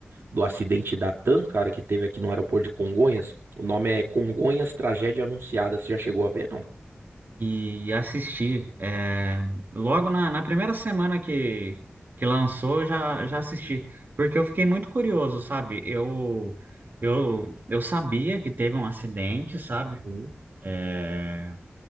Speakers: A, on the right; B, on the right.
A: do acidente da TAM, cara, que teve aqui no aeroporto de Congonhas? O nome é Congonhas Tragédia Anunciada. Você já chegou a ver, não?
B: E assisti. é, logo na, na primeira semana que, que lançou, eu já, já assisti. Porque eu fiquei muito curioso, sabe? Eu, eu, eu sabia que teve um acidente, sabe?
A: Uhum,
B: É,